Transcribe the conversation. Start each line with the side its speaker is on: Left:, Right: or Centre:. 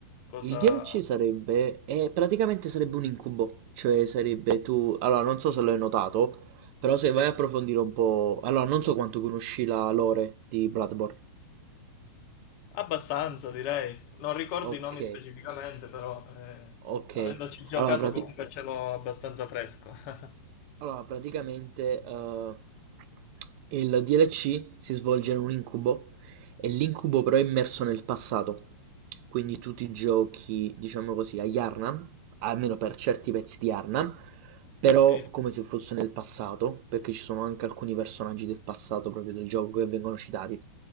Left: Cosa...
Right: Il DLC sarebbe... eh, praticamente sarebbe un incubo, cioè sarebbe tu... Allora, non so se l'hai notato, però se
Left: Sì,
Right: vai a approfondire un po'... Allora, non so quanto conosci la lore di Bloodborne.
Left: abbastanza direi. Non ricordo
Right: Ok,
Left: i nomi specificamente, però eh,
Right: ok.
Left: avendoci giocato
Right: Allora, prati-
Left: comunque ce l'ho abbastanza fresco. <laughs>
Right: Allora, praticamente eh, il DLC si svolge in un incubo e l'incubo però è immerso nel passato. Quindi tu ti giochi, diciamo così, a Yharnam, almeno per certi pezzi di Yharnam, però
Left: Sì.
Right: come se fosse nel passato, perché ci sono anche alcuni personaggi del passato proprio del gioco che vengono citati.